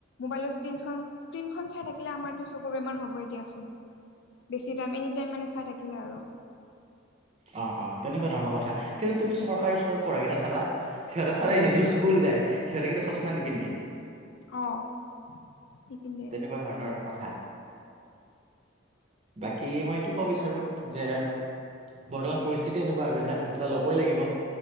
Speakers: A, on the left (about 60°); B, on the right (about 30°).
A: মোবাইলৰ স্ক্ৰীনখন, স্ক্ৰীনখন চাই থাকিলে আমাৰতো চকুৰ বেমাৰ হ'বই দিয়াচোন। বেছি টাইম, এনি টাইম মানে চাই থাকিলে আৰু।
B: অ'-অ', তেনেকুৱা ধৰণৰ কথা, কিন্তু তুমি চৰকাৰী স্কুলত পঢ়া কেইটা চাবা সিহঁতে সদায় যিহেতু স্কুল যায়, সিহঁতে কিন্তু চশমা নিপিন্ধে।
A: অ', নিপিন্ধে।
B: এনেকুৱা ধৰণৰ কথা, বাকী মই এইটো ক'ব বিচাৰোঁ‌ যে বৰ্তমান পৰিস্থিতি এনেকুৱা হৈ গৈছে আমি দুটা লবই লাগিব।